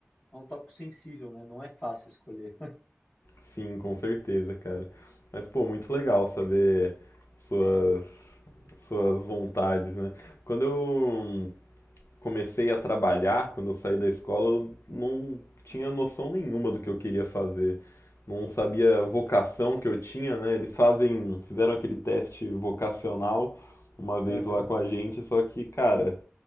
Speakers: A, on the left; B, on the left.
A: é um tópico sensível, né? Não é fácil escolher.
B: Sim, com certeza, cara. Mas, pô, muito legal saber suas, suas vontades, né? Quando eu comecei a trabalhar, quando eu saí da escola, eu não tinha
A: Aham.
B: noção nenhuma do que eu queria fazer. Não sabia a vocação que eu tinha, né? Eles fazem, fizeram aquele teste vocacional uma vez
A: Aham.
B: lá com a gente, só que, cara,